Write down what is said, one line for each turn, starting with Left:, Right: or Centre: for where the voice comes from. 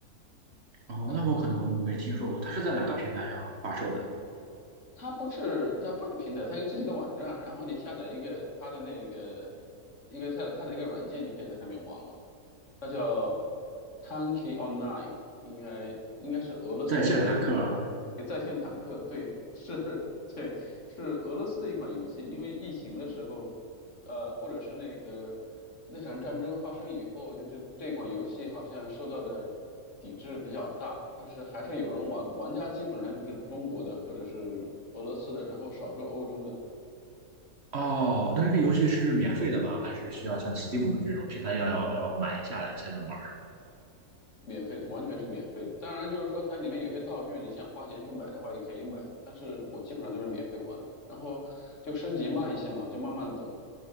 Right: 哦，
Left: 它
Right: 那我可能没听说过，它是在哪个平台上发售的？
Left: 它不是它不是平台，它有自己的网站，然后你下载一个它的那个一个它的它的一个软件，你可以在上面玩了。它叫 t a n k y Online，应该应该是俄罗斯的一款游戏，
Right: 在线谈课啊
Left: 在线坦克，对，是，<laughs> 对，是俄罗斯的一款游戏。因为疫情的时候，呃，或者是那个那场战争发生以后，就是这款游戏好像受到的抵制比较大，但是还是有人玩，玩家基本上就是中国的或者是俄罗斯的，然后少数欧洲的。
Right: 哦，那这个游戏是免费的吗？还是需要像 Steam 这种平台一样要要买下来才能玩？
Left: 免费的，完全是免费的。当然，就是说它里面有些道具，你想花钱去买的话也可以买，但是我基本上都是免费玩。然后就升级慢一些嘛，就慢慢的等。